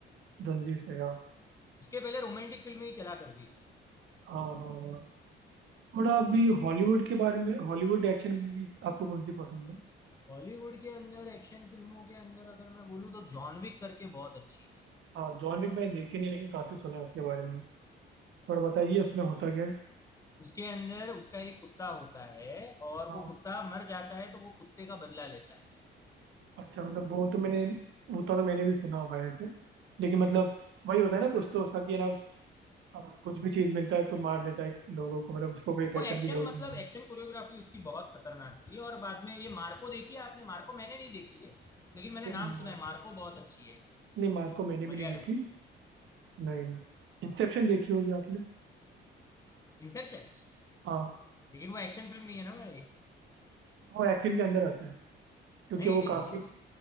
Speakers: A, on the right; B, on the left.
A: रणवीर से हाँ
B: उसके पहले रोमांटिक फिल्में ही चला करती थी
A: हाँ हाँ। हाँ। थोड़ा अभी हॉलीवुड के बारे में हॉलीवुड एक्शन मूवीज आपको कौन सी पसंद है
B: बॉलीवुड के अंदर एक्शन फिल्मों के अंदर अगर मैं बोलूँ तो जॉन विक करके बहुत अच्छी है
A: हाँ जॉन विक मैंने देखी नहीं लेकिन काफी सुना है उसके बारे में थोड़ा बताइए उसमें होता क्या है
B: उसके अंदर उसका एक कुत्ता होता है और
A: हाँ
B: वो कुत्ता मर जाता है तो वो कुत्ते का बदला लेता है
A: अच्छा मतलब वो तो मैंने वो तो तो मैंने भी सुना हुआ है ऐसे लेकिन मतलब
B: हाँ,
A: वही होता है ना कुछ तो उसका कि है ना अ, कुछ भी चीज़ मिलता है तो मार देता है लोगों को मतलब उसको
B: हाँ।
A: कोई
B: वो
A: वेपन
B: एक्शन
A: की जरूरत
B: मतलब
A: नहीं होती
B: एक्शन कोरियोग्राफी उसकी बहुत खतरनाक थी और बाद में ये मार्को देखी है आपने मार्को मैंने नहीं देखी है लेकिन मैंने
A: नहीं
B: नाम
A: मार
B: सुना है मार्को बहुत अच्छी है
A: नहीं मार को मैंने
B: मलयालम
A: भी नहीं देखी नहीं इंसेप्शन देखी होगी आपने
B: इंसेप्शन
A: हाँ
B: लेकिन वो एक्शन फिल्म नहीं है ना भाई
A: वो एक्शन के अंदर आता है क्योंकि
B: नहीं
A: वो
B: नहीं
A: काफ़ी
B: वो